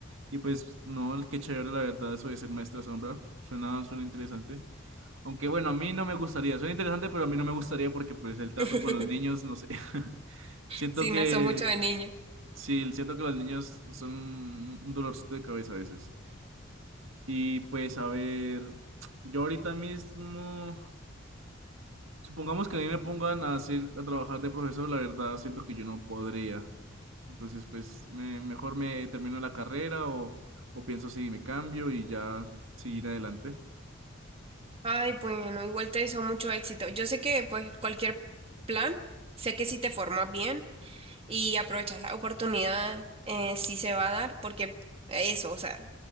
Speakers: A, on the right; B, on the right.
A: Y pues, no, qué chévere, la verdad, eso de ser maestra sombra. Suena, suena interesante. Aunque bueno, a mí no me gustaría. Suena interesante, pero a mí no me gustaría porque pues el trato
B: <laughs>
A: con los niños, no sé. <laughs> Siento
B: Sí,
A: que...
B: no soy mucho de niña
A: Sí, siento que los niños son un dolorcito de cabeza a veces. Y pues a ver, yo ahorita mismo, supongamos que a mí me pongan a hacer, a trabajar de profesor, la verdad siento que yo no podría. Entonces, pues me- mejor me termino la carrera o, o pienso si me cambio y ya seguir adelante.
B: Ay, bueno, igual te deseo mucho éxito. Yo sé que pues cualquier plan, sé que si te formas bien y aprovechas la oportunidad, eh, sí se va a dar, porque eso, o sea,